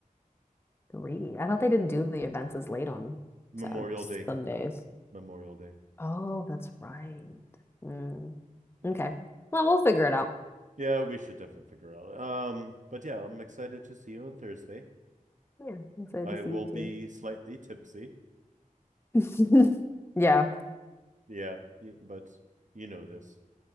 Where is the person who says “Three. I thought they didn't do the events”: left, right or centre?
Left